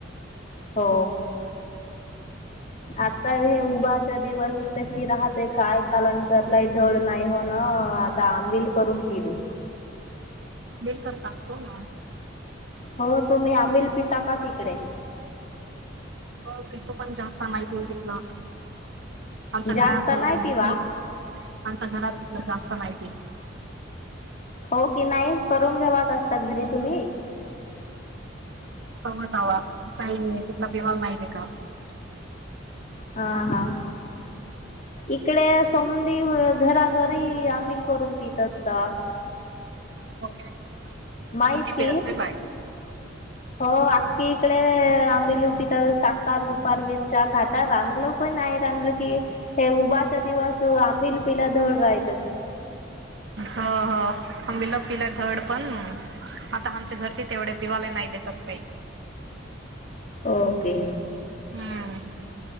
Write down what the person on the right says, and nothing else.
बेस कर टाकतो ना
हो तेथू पण जास्त माहिती नाही. तितलं आमच्या
घरात तेवढ्या
माहिती आमचं घरात तिथलं जास्त माहिती.
<unintelligible>
<inaudible>
पट्टी पिरत बाय
ह ह अंबिला. पिलं धड पण, आता आमच्या घरचे तेवढे पिवाले नाही देतात बाई
हम्म